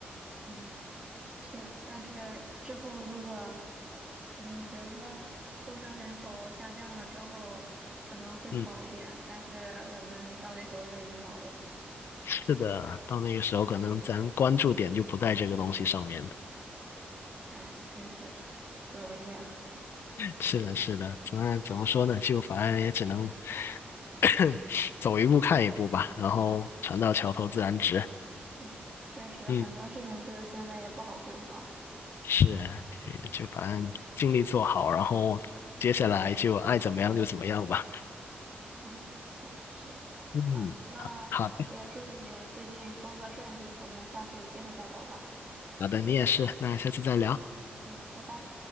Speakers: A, on the right; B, on the left.
A: 嗯是，但是之后如果，嗯，比如说出生人口下降了之后，可能会好一点，
B: 嗯。
A: 但是我们到那时候就已经老了，
B: 是的，到那个时候可能咱关注点就不在这个东西上面了。
A: 哎，真是不容易啊。
B: 是的，是的，怎么怎么说呢？就反正也只能 <coughs> 走一步看一步吧，然后船到桥头自然直。
A: 嗯，确实很多事情就是现在也不好规划，
B: 嗯，是啊，就就反正尽力做好，然后接下来就爱怎么样就怎么样吧。
A: 哎，确实是。
B: 嗯，
A: 啊，那也祝你最近工作顺利，
B: 好的，
A: 我们下次有机会再聊吧。
B: 好的，你也是，那下次再聊。
A: 嗯，拜拜。